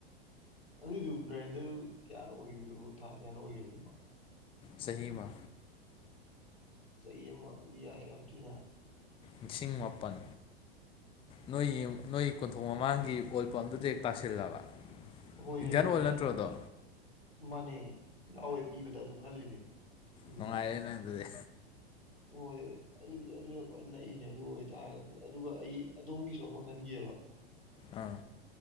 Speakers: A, on the left (about 90°); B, on the left (about 15°).
A: ꯑꯗꯨꯏꯗꯨ ꯒ꯭ꯔꯥꯏꯟꯗꯔ ꯀꯌꯥꯅꯣ ꯑꯣꯏꯒꯤꯕꯗꯨꯕꯨ ꯊꯥ ꯀꯌꯥꯅꯣ ꯑꯣꯏꯒꯤꯕꯗꯨꯕꯨ
B: ꯆꯍꯤꯃ
A: ꯆꯍꯤ ꯑꯃ ꯑꯗꯨꯗꯤ ꯌꯥꯏ ꯌꯥꯝ ꯊꯤꯅ
B: ꯂꯤꯁꯤꯡ ꯃꯥꯄꯟ ꯅꯣꯏꯒꯤ ꯅꯣꯏ ꯀꯣꯟꯊꯣꯡ ꯃꯃꯥꯡꯒꯤ ꯑꯣꯜꯄꯝꯗꯨꯗ ꯍꯦꯛ ꯇꯥꯁꯤꯜꯂꯕ
A: ꯍꯣꯏ
B: ꯏꯟꯗꯤꯌꯥꯟ
A: ꯑꯗꯨꯅꯦ
B: ꯑꯣꯏꯜ
A: ꯑꯗꯨ
B: ꯅꯠꯇ꯭ꯔꯣꯗꯣ
A: ꯃꯥꯅꯦ ꯌꯥꯎꯋꯦ ꯄꯤꯕꯗ ꯑꯗꯨ ꯈꯜꯂꯤꯅꯦ ꯎꯝ
B: ꯅꯨꯡꯉꯥꯏꯔꯦ ꯅꯪ ꯑꯗꯨꯗꯤ
A: ꯍꯣꯏ ꯑꯗꯨꯗꯤ ꯑꯗꯨꯅ ꯈꯋꯥꯏ ꯅꯛꯏꯅꯦ ꯑꯗꯨ ꯑꯣꯏꯇꯥꯔꯒꯗꯤ ꯑꯗꯨꯒ ꯑꯩ ꯑꯗꯣꯝꯒꯤꯁꯨ ꯑꯃ ꯈꯟꯒꯤꯑꯦ ꯑꯦꯕ <unintelligible>
B: ꯑꯥ